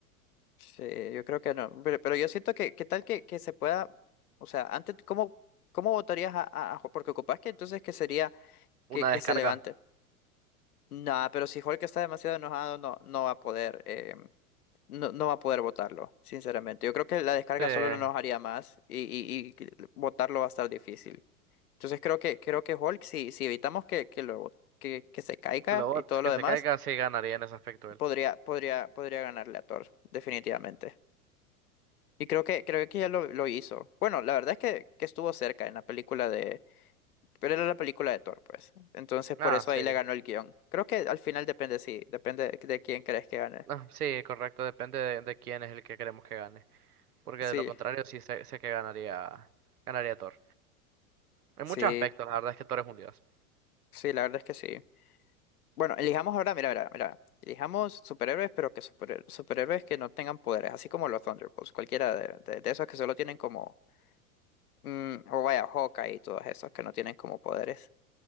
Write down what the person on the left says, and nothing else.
Sí, yo creo que no. Pero, pero yo siento que, ¿qué tal que, que se pueda, o sea, antes, ¿cómo, cómo votarías a, a, a Hulk? Porque ocupas que entonces que sería que,
que
se levante. Nah, pero si Hulk está demasiado enojado, no, no va a poder, eh, no, no va a poder votarlo, sinceramente. Yo creo que la descarga
solo lo enojaría más y, y, y que votarlo va a estar difícil. Entonces creo que, creo que Hulk, si, si evitamos que, que lo que, que se caiga
y todo lo
demás,
podría, podría, podría ganarle a Thor, definitivamente. Y creo que, creo que ya lo, lo hizo. Bueno, la verdad es que, que estuvo cerca en la película de... Pero era la película de Thor, pues. Entonces por
eso
ahí le ganó el guión. Creo que al final depende, sí. Depende de, de quién crees que gane.
Sí,
sí,
sí, la verdad es que sí. Bueno, elijamos ahora, mira, mira, mira. Elijamos superhéroes, pero que superhé- superhéroes que no tengan poderes, así como los Thunderbolts. Cualquiera de, de- de esos que solo tienen como... mm, o vaya, Hawkeye y todos esos que no tienen como poderes.